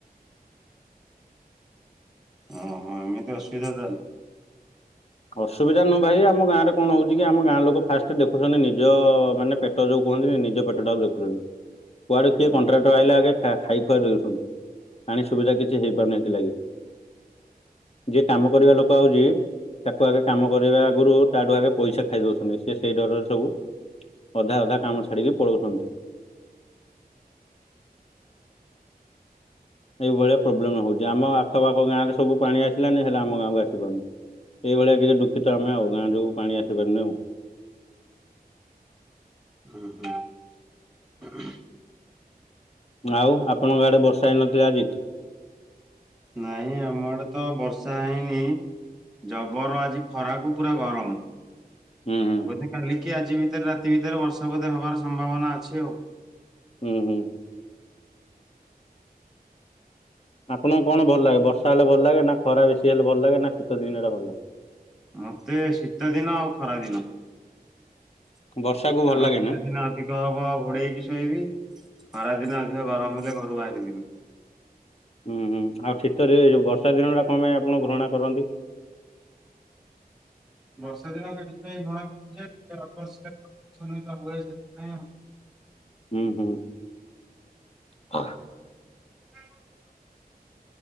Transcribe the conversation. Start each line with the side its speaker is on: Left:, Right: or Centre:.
Centre: ଓଃ ହୋ ଏମିତି ଅସୁବିଧା ତାହଲେ।
Left: ଅସୁବିଧା ନୁ ଭାଇ ଆମ ଗାଁରେ କଣ ହଉଛି କି ଆମ ଗାଁ ଲୋକ ଫାଷ୍ଟେ ଦେଖୁଛନ୍ତି ନିଜ ମାନେ ପେଟ ଯୋଉ କୁହନ୍ତିନି ନିଜ ପେଟଟାକୁ ଦେଖୁଛନ୍ତି କୁଆଡ଼େ କିଏ
Centre: ହୁଁ
Left: କଣ୍ଟ୍ରାକ୍ଟର ଆଇଲେ ଆଗେ ଖାଇ ଖୁଆ ଦେଉଛନ୍ତି। ପାଣି ସୁବିଧା କିଛି ହେଇପାରୁନି ହେଥିଲାଗି ଯିଏ କାମ କରିବା ଲୋକ ଆଉଛି ତାକୁ ଆଗେ କାମ କରିବା ଆଗରୁ ତାଠୁ ଆଗେ ପଇସା ଖାଇ ଦୋଉଛନ୍ତି ସେ ସେଇ ଡରରେ ସବୁ ଅଧା ଅଧା କାମ ଛାଡିକି ପଳଉଛନ୍ତି। <inaudible> ଏଇ ଭଳିଆ ପ୍ରୋବ୍ଲେମ ହୋଉଚି ଆମ ଆଖପଖ ଗାଁ ରେ ସବୁ ପାଣି ଆସିଲାନି ହେଲେ ଆମ ଗାଁକୁ ଆସିପାରୁନି। ଏଇଭଳିଆ ଟିକେ ଦୁଃଖିତ ଆମେ ଆଉ ଗାଁ ଯୋଉ ପାଣି ଆସିପାରୁନି ଆଉ।
Centre: <unintelligible>
Left: ଆଉ ଆପଣଙ୍କ ଆଡେ ବର୍ଷା ହେଇନଥିଲା ଆଜି?
Centre: ନାଇଁ ଆମ ଆଡେ ତ ବର୍ଷା ହେଇନି ଜବର ଆଜି ଖରାକୁୁ ପୁରା ଗରମ୍।
Left: ହୁଁ ହୁଁ
Centre: ବୋଧେ କାଲି କି ଆଜି ଭିତରେ ରାତି ଭିତରେ ବର୍ଷା ବୋଧେ ହବାର ସମ୍ଭାବନା ଅଛି ଆଉ।
Left: ହୁଁ ହୁଁ। ଆପଣଙ୍କୁ କଣ ଭଲ ଲାଗେ ବର୍ଷା ହେଲେ ଭଲ ଲାଗେ ନା ଖରା ବେଶୀ ହେଲେ ଭଲ ଲାଗେ ନା ଶୀତ ଦିନ ଟା ଭଲ ଲାଗେ?
Centre: ମତେ ଶୀତ ଦିନ ଆଉ ଖରା ଦିନ। କାରଣ
Left: ବର୍ଷାକୁ ଭଲ ଲାଗେ
Centre: ଶୀତ
Left: ନା?
Centre: ଦିନେ ଶୀତ ଅଧିକ ହବ ଆଉ ଘୋଡ଼େଇ ହେଇକି ଶୋଇବି ଖରା ଦିନେ ଅଧିକ ଗରମ ହେଲେ ଘରୁ ବାହାରିିବିନି।
Left: ହୁଁ ହୁଁ ଆଉ ଶୀତରେ ଯୋଉ ବର୍ଷା ଦିନ ଟା କଣ ପାଇଁ ଆପଣ ଘୃଣା କରନ୍ତି? <inaudible>
Centre: ବର୍ଷା ଦିନ ଏଥିପାଇଁ ଘୃଣା କର ଯେ ଅପରିଷ୍କାର ହୁଏ ସେଥିପାଇଁ।
Left: <unintelligible>
Centre: <unintelligible>